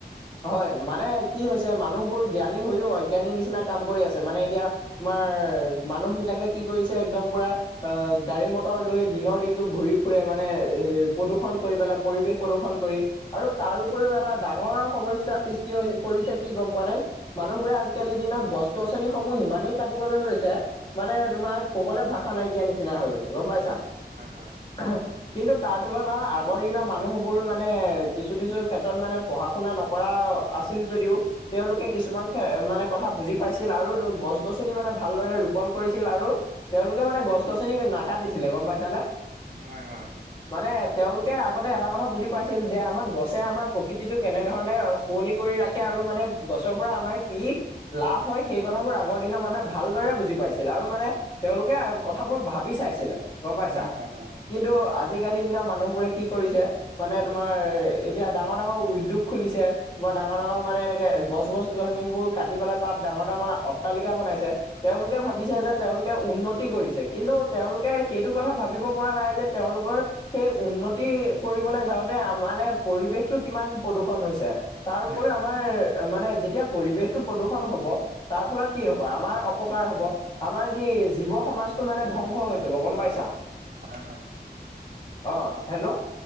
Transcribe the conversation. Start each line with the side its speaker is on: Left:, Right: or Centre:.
Left: হয়, মানে কি হৈছে মানুহবোৰ জ্ঞানী হৈও অজ্ঞানীৰ নিচিনা কাম কৰি আছে মানে এতিয়া তোমাৰ মানুহ বিলাকে কি কৰিছে একদম পুৰা আ, গাড়ী মটৰ লৈ দিনৰ দিনটো ঘূৰি ফুৰে মানে এ প্ৰদূষণ কৰি পেলাই পৰিৱেশ প্ৰদূষণ কৰি, আৰু তাৰ উপৰিও এটা ডাঙৰ সমস্যাৰ সৃষ্টি হৈ কৰিছে কি গম পোৱা নে, মানুহ বোৰে আজিকালিৰ দিনত গছ গছনিসমূহ ইমানেই কাটিবলৈ লৈছ চে, মানে তোমাৰ ক'বলৈ ভাষা নাইকিয়া নিচিনা হৈ গৈছে গম পাইছা।
Right: হয়- হয়।
Left: <unintelligible> কিন্তু তাৰ তুলনাত আগৰ দিনৰ মানুহবোৰ মানে কিছু- কিছু ক্ষেত্ৰত মানে পঢ়া শুনা নকৰা আছ ছিল যদিও তেওঁলোকে কিছুমান মানে কথা বুজি পাইছিল আৰু গছ গছনি মানে ভালদৰে ৰোপন কৰিছিল আৰু তেওঁলোকে মানে গছ গছনি নাকাতিছিলে গম পাইছানে।
Right: হয় হয়
Left: মানে তেওঁলোকে আগতে এটা কথা বুজি পাইছিল যে, আমাৰ গছে আমাৰ প্ৰকৃতিটো কেনেধৰণে শুৱনি কৰি ৰাখে আৰু মানে গছৰ পৰা আমাৰ কি লাভ হয়, সেই কথাবোৰ আগৰ দিনৰ মানুহে ভালদৰে বুজি পাইছিল আৰু মানে তেওঁলোকে কথাবোৰ ভাবি চাইছিলে, গম পাইছা।
Right: হয় হয় অ,
Left: কিন্তু আজিকালি দিনৰ মানুহবোৰে কি কৰিছে মানে তোমাৰ এতিয়া ডাঙৰ-ডাঙৰ উদ্যোগ খুলিছে। তোমাৰ ডাঙৰ-ডাঙৰ মানে এনেকে গছ গছনিবোৰ কাটি পেলাই তাত ডাঙৰ-ডাঙৰ অট্টালিকা বনাইছে। তেওঁলোকে
Right: হয়।
Left: ভাবিছে যে তেওঁলোকে উন্নতি
Right: উম,
Left: কৰিছে, কিন্তু তেওঁলোকে সেইটো কথা ভাবিব পৰা নাই যে তেওঁলোকৰ সেই উন্নতি কৰিবলে যাওঁতে মানে পৰিৱেশতটো কিমান প্ৰদূষন হৈছে। তাৰ
Right: হয়
Left: উপৰিও আমাৰ মানে যেতিয়া পৰিৱেশটো প্ৰদূষণ হ'ব তাৰ ফলত কি হ'ব, আমাৰ অপকাৰ হ'ব। আমাৰ যি জীৱ সমাজটো মানে ধ্বংস হৈ যাব, গম পাইছা।
Right: হয়- হয়।
Left: অ', অ', হেল্ল'।